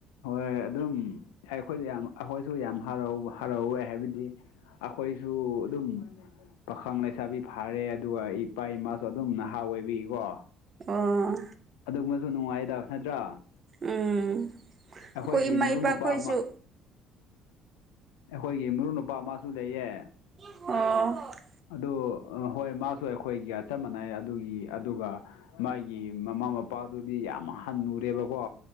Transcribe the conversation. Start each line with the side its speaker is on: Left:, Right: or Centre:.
Left: ꯍꯣꯏ ꯑꯗꯨꯝ ꯑꯩꯈꯣꯏꯁꯨ ꯌꯥꯝ ꯑꯩꯈꯣꯏꯁꯨ ꯌꯥꯝ ꯍꯔꯥꯎꯕ ꯐꯔꯥꯎꯋꯦ ꯍꯥꯏꯕꯗꯤ ꯑꯩꯈꯣꯏꯁꯨ ꯑꯗꯨꯝ ꯄꯥꯈꯪ ꯂꯩꯁꯥꯕꯤ ꯐꯥꯔꯦ ꯑꯗꯨꯒ ꯏꯄꯥ ꯏꯃꯥꯁꯨ ꯑꯗꯨꯝ ꯅꯍꯥ ꯑꯣꯏꯕꯤꯀꯣ
Right: ꯑꯣ
Left: ꯑꯗꯨꯒꯨꯝꯕꯁꯨ ꯅꯨꯡꯉꯥꯏꯗ ꯅꯠꯇ꯭ꯔꯥ
Right: ꯎꯝ
Left: ꯑꯩꯈꯣꯏꯒꯤ
Right: ꯑꯩꯈꯣꯏ ꯏꯃꯥ
Left: ꯃꯔꯨꯞ
Right: ꯏꯄꯥꯈꯣꯏꯁꯨ
Left: ꯅꯨꯄꯥ ꯑꯃ ꯑꯩꯈꯣꯏꯒꯤ ꯃꯔꯨꯞ ꯅꯨꯨꯄꯥ ꯑꯃꯁꯨ ꯂꯩꯌꯦ
Right: ꯎ
Left: ꯑꯗꯨ ꯍꯣꯏ ꯃꯥꯁꯨ ꯑꯩꯈꯣꯏꯒꯤ ꯆ ꯃꯥꯟꯅꯩ ꯑꯗꯨꯒꯤ ꯑꯗꯨꯒ ꯃꯥꯒꯤ ꯃꯃꯥ ꯃꯄꯥꯗꯨꯗꯤ ꯌꯥꯝ ꯍꯜꯂꯨꯔꯦꯕꯀꯣ